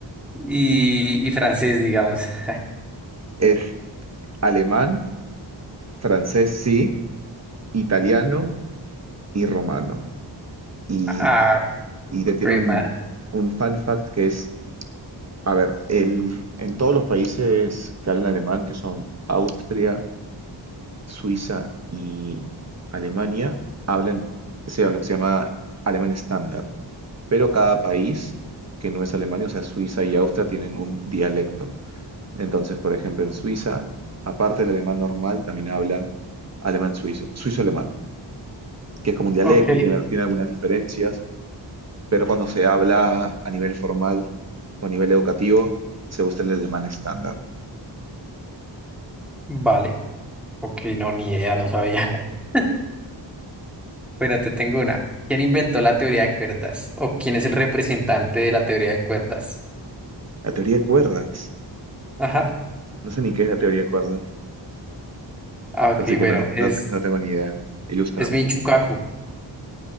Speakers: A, in the centre; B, on the right (about 35°).
A: y, y francés, digamos. <laughs>
B: es alemán, francés sí, italiano y romano. Y,
A: Ah,
B: y te tiene
A: jue
B: un,
A: madre.
B: un fun fact que es, a ver, el, en todos los países que hablan alemán, que son Austria, Suiza y Alemania, hablan, se habla lo que se llama alemán estándar. Pero cada país que no es Alemania, o sea, Suiza y Austria, tienen un dialecto. Entonces, por ejemplo, en Suiza, aparte del alemán normal, también hablan alemán suizo, suizo-alemán. que es como un dialecto
A: Ok,
B: y tiene, tiene algunas diferencias, pero cuando se habla a nivel formal o a nivel educativo, se usa el alemán estándar.
A: vale. Ok, no, ni idea, no sabía. <laughs> Bueno, te tengo una. ¿Quién inventó la teoría de cuerdas? ¿O quién es el representante de la teoría de cuerdas?
B: La teoría de cuerdas.
A: Ajá.
B: No sé ni qué es la teoría de cuerdas,
A: Ah, ok,
B: así que
A: bueno,
B: no,
A: es,
B: no, no tengo ni idea. Ilústrame.
A: es Michikaku.